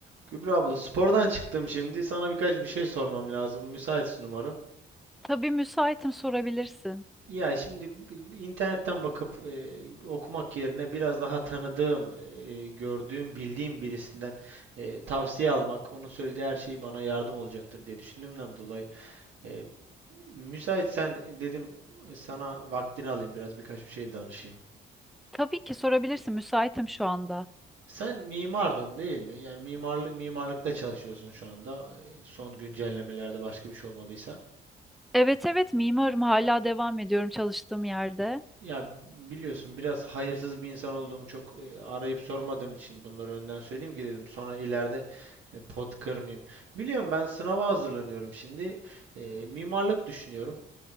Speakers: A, on the right; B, in the centre.
A: Kübra abla spordan çıktım şimdi. Sana birkaç bir şey sormam lazım. Müsaitsin umarım.
B: Tabii müsaitim sorabilirsin.
A: Ya şimdi bi- internetten bakıp e, okumak yerine biraz daha tanıdığım, e, gördüğüm, bildiğim birisinden e, tavsiye almak, onun söylediği her şey bana yardım olacaktır diye düşündüğümden dolayı e, müsaitsen e, dedim e, sana vaktini alayım biraz birkaç bir şey danışayım.
B: Tabii ki sorabilirsin. Müsaitim şu anda.
A: Sen mimardın değil mi? Yani mimarlık mimarlıkta çalışıyorsun şu anda. e, Son güncellemelerde başka bir şey olmadıysa.
B: Evet evet mimarım hala devam ediyorum çalıştığım yerde.
A: Ya biliyorsun biraz hayırsız bir insan olduğum çok e, arayıp sormadığım için bunları önden söyleyeyim ki dedim sonra ileride e, pot kırmayayım. Biliyorum ben sınava hazırlanıyorum şimdi. E, mimarlık düşünüyorum.